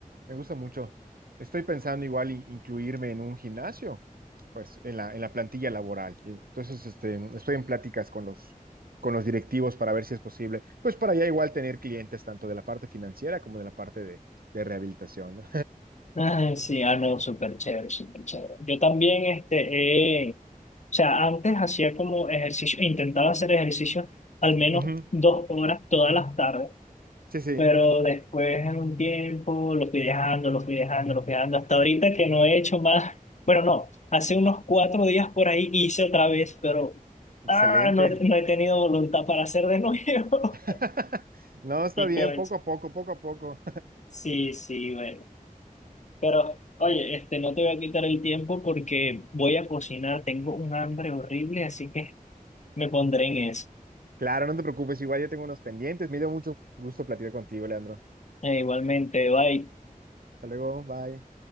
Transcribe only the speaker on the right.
me gusta mucho. Estoy pensando igual in- incluirme en un gimnasio, pues en la, en la plantilla laboral. Y Entonces, este, estoy en pláticas con los, con los directivos para ver si es posible, pues para ya igual tener clientes tanto de la parte financiera como de la parte de, de rehabilitación, ¿no?
<laughs>
Ujú.
Sí, sí,
excelente.
<laughs> No, está
bien,
poco a poco, poco a poco.
Claro, no te preocupes, igual yo tengo unos pendientes. Me dio mucho gusto platicar contigo, Leandro.
Hasta luego, bye.